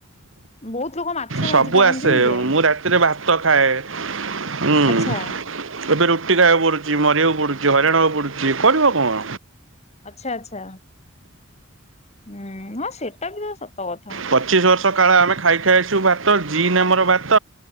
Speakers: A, on the left (about 35°); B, on the right (about 70°).
A: ବହୁତ ଲୋକ ମାଛ
B: ସବୁ
A: ଭାଜି ପାରନ୍ତିନି
B: ଆସେ,
A: ଯେ
B: ମୁଁ ରାତିରେ ଭାତ ଖାଏ। ଉଁ
A: ଆଚ୍ଛା।
B: ଏବେ ରୁଟି ଖାଇବାକୁ ପଡୁଛି ମରିବାକୁ ପଡୁଛି ହଇରାଣ ହେବାକୁ ପଡୁଛି କରିବ କଣ।
A: ଆଚ୍ଛା ଆଚ୍ଛା ହୁଁ ହଁ ସେଟାବିତ ସତ କଥା।
B: ପଚିଶ ବର୍ଷ କାଳ ଆମେ ଖାଇ ଖାଇ ଆସୁ ଭାତ ଜିନ୍ ଆମର ଭାତ।